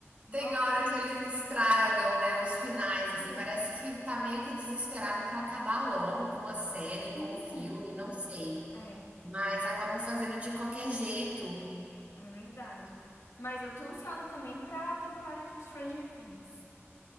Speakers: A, on the left (about 75°); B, on the right (about 25°).
A: Nossa.
B: Tem hora que eles estragam, né, os finais, assim,
A: Sim,
B: parece que tá meio que desesperado pra acabar logo com a série,
A: sim.
B: com o filme, não sei.
A: É,
B: Mas acabam fazendo de qualquer jeito.
A: é verdade. Mas eu tô ansiosa também pra temporada de Stranger Things.